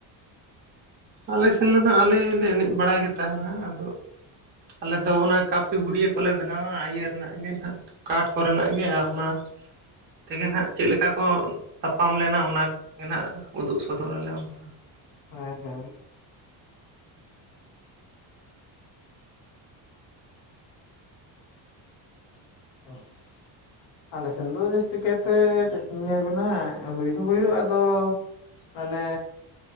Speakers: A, on the right; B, on the left.
A: ᱟᱞᱮ ᱥᱮᱱ ᱢᱟ ᱦᱟᱜ ᱟᱞᱮ ᱞᱮ ᱮᱱᱮᱡ ᱵᱟᱲᱟᱭ ᱜᱮ ᱛᱟᱦᱮᱱᱟ ᱟᱫᱚ ᱟᱞᱮ ᱫᱚ ᱚᱱᱟ ᱠᱟᱹᱯᱤ ᱵᱩᱰᱭᱟᱹ ᱠᱚᱞᱮ ᱵᱮᱱᱟᱣᱟ ᱤᱭᱟᱹ ᱨᱮᱱᱟᱜ ᱜᱮ ᱱᱟᱦᱟᱜ᱾ ᱠᱟᱴ ᱠᱚᱨᱮᱱᱟᱜ ᱜᱮ ᱚᱱᱟ ᱛᱮᱜᱮ ᱱᱟᱦᱟᱜ ᱪᱮᱫ ᱞᱮᱠᱟ ᱠᱚ ᱛᱟᱯᱟᱢ ᱞᱮᱱᱟ ᱚᱱᱟᱜᱮ ᱱᱟᱦᱟᱜ ᱩᱫᱩᱜ ᱥᱚᱫᱚᱨ ᱟᱞᱮ ᱚᱱᱠᱟ ᱾
B: ᱦᱮᱸ ᱦᱮᱸ ᱦ <inaudible> ᱟᱞᱮ ᱥᱮᱱ ᱫᱚ ᱡᱟᱹᱥᱛᱤ ᱠᱟᱭᱛᱮ ᱪᱮᱫ ᱞᱟᱹᱭ ᱵᱮᱮᱱᱟ ᱦᱩᱭ ᱫᱚ ᱦᱩᱭᱩᱜᱼᱟ ᱟᱫᱚ ᱢᱟᱱᱮ